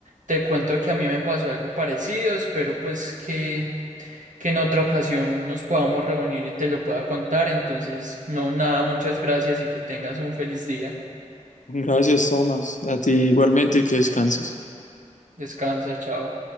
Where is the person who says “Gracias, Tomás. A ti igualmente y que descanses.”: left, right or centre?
Left